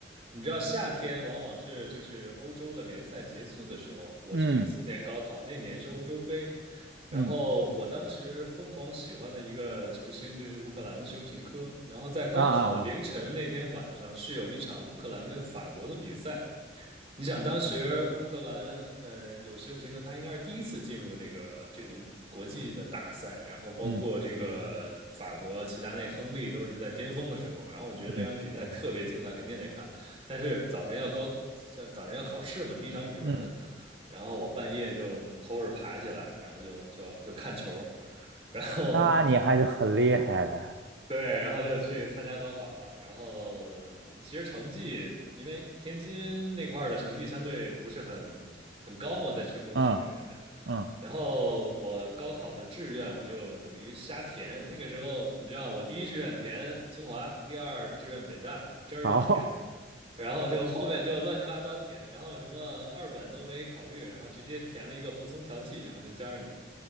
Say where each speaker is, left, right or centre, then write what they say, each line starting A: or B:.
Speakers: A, on the right; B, on the right.
A: 你知道夏天往往是就是欧洲的联赛结束的时候，我是零四年高考，
B: 嗯
A: 那年是欧洲杯，然后我当时疯狂喜欢的一个球星就是乌克兰的舍甫琴科。
B: 嗯
A: 然后在高考凌晨那天晚上是有一场乌克兰跟法国的比赛，
B: 啊啊啊
A: 你想，当时乌克兰，呃，有舍甫琴科，他应该是第一次进入这个这种国际的大赛，然后包括这嗯个法国齐达内、
B: 嗯
A: 亨利都是在巅峰的时候，然后我觉得这场比赛嗯特别精彩，
B: 嗯
A: 肯定得看。但是早晨要高考，早早晨要考试嘛，第一场语文，
B: 嗯，
A: 然后我半夜就偷着爬起来，然后就就就看球，然后
B: 那你还是很厉害的。
A: 对，然后就去参加高考了。然后其实成绩，因为天津那块儿的成绩相对不是很很高嘛，在全国的水平来讲。
B: 嗯嗯，
A: 然后我高考的志愿我就等于瞎填。那个时候你知道，我第一志愿填清华，第二志愿北大，真是这么填的。
B: 好，
A: 然后就后面就乱七八糟填，然后什么二本都没考虑，然后直接填了一个服从调剂，然后就交上去了。